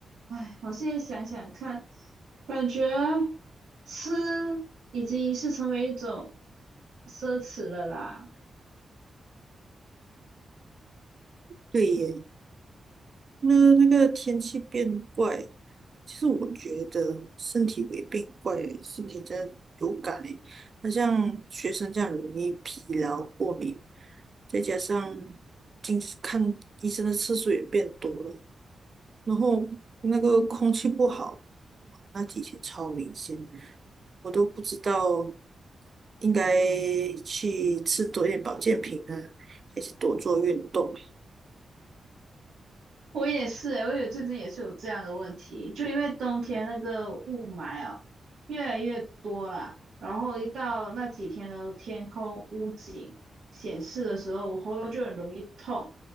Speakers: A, on the right; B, on the right.
A: 唉，我现在想想看，感觉吃已经是成为一种奢侈了啦。
B: 对耶。那那个天气变怪，其实我觉得身体也变怪耶，身体真的有感诶。那像学生这样容易疲劳、过敏，再加上近视看医生的次数也变多了，然后那个空气不好，那几天超明显，我都不知道应该去吃多一点保健品呢，还是多做运动。
A: 我也是诶，我也最近也是有这样的问题，就因为冬天那个雾霾啊越来越多了，然后一到那几天的天空屋景显示的时候，我喉咙就很容易痛。